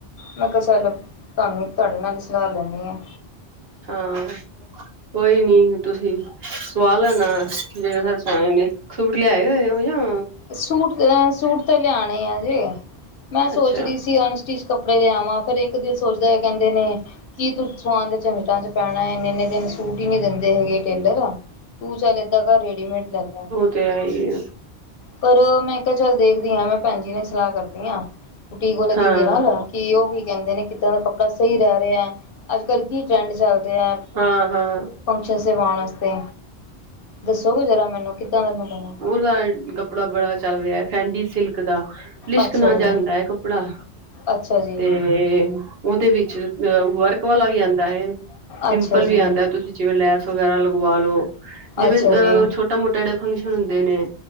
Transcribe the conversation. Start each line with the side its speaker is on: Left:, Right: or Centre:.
Left: ਮੈਂ ਕਿਹਾ ਚੱਲ ਤਾਨੂੰ, ਤੁਹਾਡੇ ਨਾਲ ਈ ਸਲਾਹ ਲੈਂਨੀ ਆ।
Right: ਹਾਂ, ਕੋਈ ਨੀ ਤੁਸੀਂ ਸਵਾ ਲੈਣਾ ਜਿੜ ਨੀ, ਸੂਟ ਲਿਆਏ ਹੋਏ ਨਾ
Left: ਸੂਟ ਅ ਸੂਟ ਤਾਂ ਲਿਆਣੇ ਆਜੇ ਮੈਂ ਸੋਚ
Right: ਅੱਛਾ
Left: ਰਹੀ ਸੀ ਅਨਸਟਿ ਕੱਪੜੇ ਲਿਆਵਾਂ, ਫੇਿਰ ਇੱਕ ਦਿਨ ਸੋਚਦਾ ਕਹਿੰਦੇ ਨੇ ਕੀ ਤੂੰ ਸਵਾਨ ਦੇ ਝੰਜਟਾਂ ਚ ਪੈਣਾ ਇੰਨੇ- ਇੰਨੇ ਦਿਨ ਸੂਟ ਈ ਨੀ ਦਿੰਦੇ ਹੈਗੇ ਟੇਲਰ ਤੂੰ ਚੱਲ ਏਦਾਂ ਘਰ ਰੇਡੀਮੇਡ ਲੈ ਲੈ
Right: ਤੇੲਏਈ
Left: ਪਰ, ਮੈਂ ਕਿਹਾ ਚੱਲ ਦੇਖਦੀ ਆ ਮੈਂ ਭੈਣ ਜੀ ਨੇ ਸਲਾਹ ਕਰਦੀ ਆ, ਬੁਟੀਕ ਵਾਲੇ
Right: ਹਾਂ,
Left: ਦੀਦੀ ਨਾਲ ਕਿ ਉਹ ਕੀ ਕਹਿੰਦੇ ਨੇ ਕਿੱਦਾਂ ਦਾ ਕੱਪੜਾ ਸਹੀ ਰਹਿ ਰਿਹਾ, ਅੱਜ -ਕੱਲ੍ਹ ਕੀ ਟਰੈਂਡ ਚੱਲ ਰਿਹਾ।
Right: ਹਾਂ, ਹਾਂ
Left: ਫੰਕਸ਼ਨ ਸੇਵਾਉਣ ਵਾਸਤੇ ਦੱਸੋਗੇੁ ਜ਼ਾਰ ਮੈਨੂੰ ਕਿੱਦਾਂ ਦਾ ਮ ਲਣਾ
Right: ਦਾ ਕੱਪੜਾ ਬੜਾ ਚੱਲ ਰਿਹਾ ਹੈ ਫੈਂਡੀ ਸਿਲਕ ਦਾ ਲਿਸ਼ਕਣਾ
Left: ਅੱਛਾ
Right: ਜਾਂਦਾ
Left: ਜੀ
Right: ਐ ਕੱਪੜਾ,
Left: ਅੱਛਾ ਜੀ
Right: ਤੇ ਉਹਦੇ ਵਿੱਚ ਅ ਵਰਕ ਵਾਲਾ ਵੀ ਆਂਦਾ ਐ, ਸਿੰਪਲ
Left: ਅੱਛਾ ਜੀ
Right: ਵੀ ਆਂਦਾ ਤੁਸੀਂ ਲੈਸ ਵੇਗੇਰਾ ਲਗਵਾ ਲੋ ਜਿਵੇਂ
Left: ਅੱਛਾ ਜੀ
Right: ਅਹ ਛੋਟਾ- ਮੋਟਾ ਜਿਹੜੇ ਫੰਕਸ਼ਨ ਹੁੰਦੇ ਨੇ